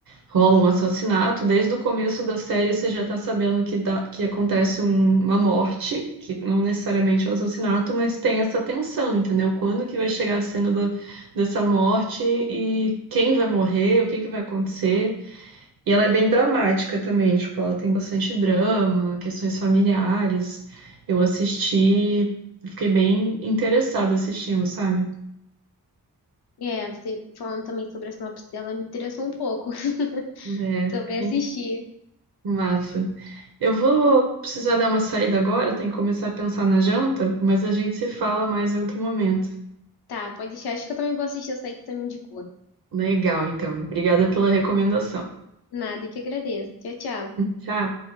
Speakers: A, on the right (about 65°); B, on the left (about 75°).
A: Rola um assassinato, desde o começo da série você já tá sabendo que, dá- que acontece um- uma morte, que não necessariamente é um assassinato, mas tem essa tensão, entendeu? Quando que vai chegar a cena do- dessa morte e quem vai morrer, o que que vai acontecer. E ela é bem dramática também, tipo, ela tem bastante drama, questões familiares. Eu assisti, fiquei bem interessada assistindo, sabe?
B: É, você falando também sobre a sinopse dela me interessou um pouco <laughs>
A: É,
B: sobre
A: que
B: assistir.
A: massa. Eu vou precisar dar uma saída agora, tem que começar a pensar na janta, mas a gente se fala mais em outro momento.
B: Tá, pode deixar. Acho que eu também vou assistir essa aí que você me indicou.
A: Legal, então. Obrigada pela recomendação.
B: Nada, que agradeço. Tchau, tchau.
A: Tchau.